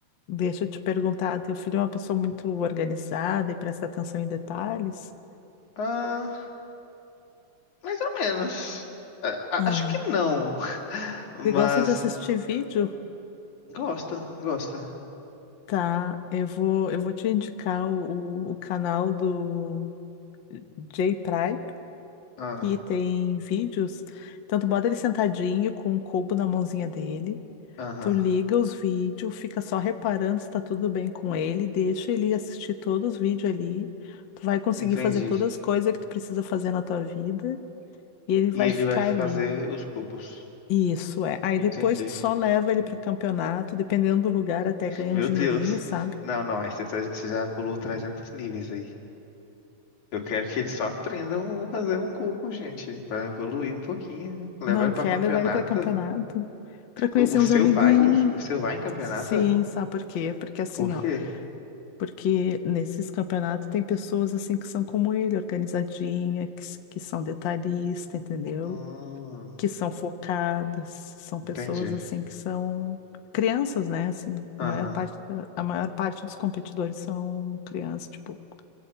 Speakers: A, on the left (about 55°); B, on the left (about 80°).
A: deixa eu te perguntar, teu filho é uma pessoa muito organizada e presta atenção em detalhes?
B: Ah, mais ou menos. A- a-
A: Ah,
B: acho que não. <laughs> Mas
A: ele gosta de assistir vídeo?
B: gosta, gosta.
A: Tá, eu vou, eu vou te indicar o, o canal do J Prime.
B: Ah,
A: que tem vídeos. Então, tu bota ele sentadinho com um cubo na mãozinha dele.
B: aham.
A: Tu liga os vídeos, fica só reparando se tá tudo bem com ele, deixa ele assistir todos os vídeos ali. Tu vai conseguir
B: Entendi.
A: fazer todas as coisas que tu precisa fazer na tua vida e ele vai
B: E ele
A: ficar
B: vai fazer
A: ali.
B: os cubos.
A: Isso é. Aí
B: Entendi.
A: depois tu só leva ele pra campeonato, dependendo do lugar, até ganha
B: Meu
A: um dinheirinho,
B: Deus.
A: sabe?
B: Não, não. Aí você, tá- você já pulou 300 níveis aí. Eu quero que eles só aprendam a fazer um cubo, gente. Pra evoluir um pouquinho, né? Levar
A: Não
B: ele pra
A: quer
B: campeonato.
A: levar ele pra campeonato, Pra conhecer
B: O, o seu
A: uns amiguinhos.
B: vai? O seu vai em campeonato?
A: Sim, sabe por quê? Porque assim,
B: Por
A: ó.
B: quê?
A: Porque nesses campeonatos tem pessoas assim que são como ele, organizadinha, que, s- que são detalhista, entendeu?
B: Hum,
A: Que são focadas, são pessoas
B: entendi.
A: assim que são crianças, né? Assim,
B: Aham.
A: a maior parte da- a maior parte dos competidores são crianças, tipo,